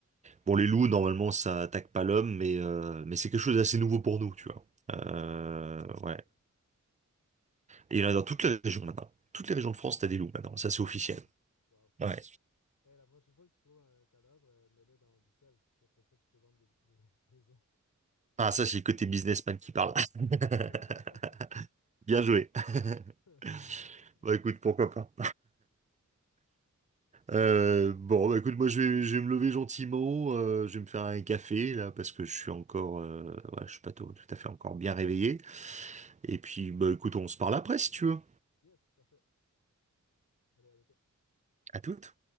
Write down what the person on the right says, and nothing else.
Bon, les loups, normalement, ça attaque pas l'homme, mais, euh, mais c'est quelque chose d'assez nouveau pour nous, tu vois. Euh,
ouais. Et il y en a dans toutes les régions maintenant. Toutes les régions de France, t'as des loups
maintenant. Ça, c'est officiel.
Ouais.
Ah, ça, c'est le côté businessman qui parle. <laughs>
Bien joué. <laughs>
Bah écoute, pourquoi pas. Euh, bon, bah écoute, moi je vais, je vais me lever gentiment, euh, je vais me faire un café là parce que je suis encore, euh, ouais, je suis pas tout, tout à fait encore bien réveillé. Et puis, bah écoute, on se parle après si tu veux.
À toutes.